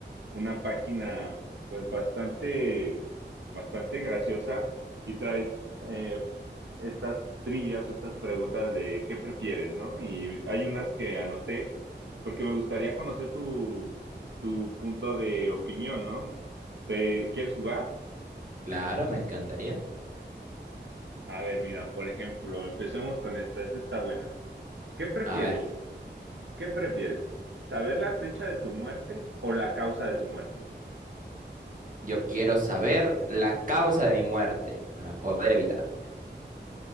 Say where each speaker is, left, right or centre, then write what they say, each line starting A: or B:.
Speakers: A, on the right; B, on the right.
A: una página pues bastante, bastante graciosa y trae eh, estas trivias o estas preguntas de qué prefieres, ¿no? Y hay unas que anoté porque me gustaría conocer tu, tu punto de opinión, ¿no? ¿Te quieres jugar?
B: Claro, me encantaría.
A: A ver, mira, por ejemplo, empecemos con esta. Esta está buena. ¿Qué prefieres?
B: A ver,
A: ¿Qué prefieres? ¿Saber la fecha de tu muerte o la causa de tu muerte?
B: yo quiero saber la causa de mi muerte para poder evitarla.